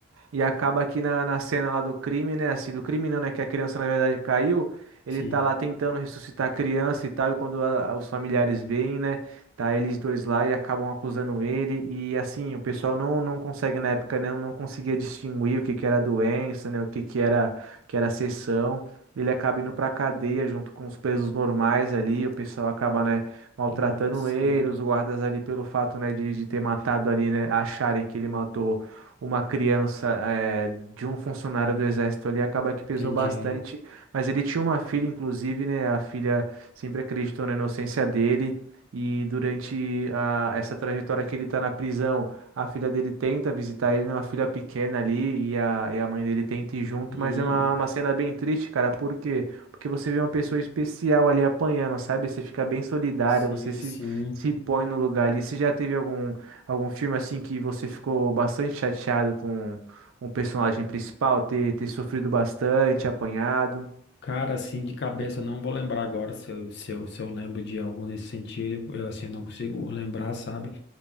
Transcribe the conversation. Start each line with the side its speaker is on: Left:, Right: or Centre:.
Right: E acaba aqui na, na cena lá do crime, né? Assim, do crime não, né? Que a criança, na verdade, caiu. Ele
Left: sim.
Right: tá lá tentando ressuscitar a criança e tal. E quando a- a- os familiares veem, né? Tá eles dois lá e acabam acusando ele. E assim, o pessoal não, não consegue, na época, né? Não conseguia distinguir o que que era doença, né? O que que era, que era sessão. Ele acaba indo pra cadeia junto com os presos normais ali. O pessoal acaba, né? Maltratando
Left: Ah, sim,
Right: ele. Os guardas ali, pelo fato, né? De, de ter matado ali, né? Acharem que ele matou uma criança é, de um funcionário do exército ali, acaba que pesou
Left: entendi.
Right: bastante. Mas ele tinha uma filha, inclusive, né? A filha sempre acreditou na inocência dele. E durante a- essa trajetória que ele tá na prisão, a filha dele tenta visitar ele, né, uma filha pequena ali, e a, e a mãe dele tenta ir junto,
Left: Hum,
Right: mas é uma, uma cena bem triste, cara. Por quê? Porque você vê uma pessoa especial ali apanhando, sabe? Você fica bem solidário,
Left: sim,
Right: você se,
Left: sim.
Right: se põe no lugar ali. Você já teve algum Algum filme assim que você ficou bastante chateado com, com o personagem principal ter, ter sofrido bastante, apanhado?
Left: Cara, assim, de cabeça, eu não vou lembrar agora se eu, se eu, se eu lembro de algum nesse sentido. Eu, assim, não consigo lembrar, sabe?